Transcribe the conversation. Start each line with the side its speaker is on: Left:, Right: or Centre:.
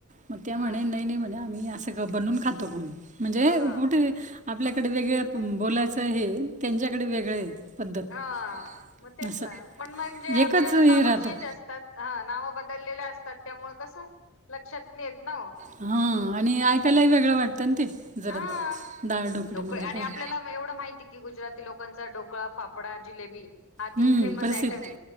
Right: मग त्या
Left: हा
Right: म्हणे नाही नाही म्हणे आम्ही असं. ते बनवून खातो म्हणून म्हणजे
Left: हा
Right: कुठे आपल्याकडे वेगळ बोलायचं हे त्यांच्याकडे वेगळे पद्धत
Left: हां मग तेच
Right: असं
Left: ना पण म्हणजे, आपल्याला
Right: एकच हे
Left: नाव
Right: राहतं.
Left: चेंज असतात. हा नाव बदललेल्या असतात त्यामुळे कसं लक्षात येत नाय ओ..
Right: हा आणि ऐकायलाही वेगळं वाटतं ना ते. जरा
Left: हा
Right: डाळ ढोकळे
Left: ढोकळा
Right: म्हणजे
Left: आणि
Right: काय.
Left: आपल्याला एवढं माहिती की, गुजराती लोकांचा ढोकळा फाफ फाफडा जिलेबी हा तीन
Right: हम्म
Left: फेमस
Right: प्रसिद्ध
Left: आयटम आहे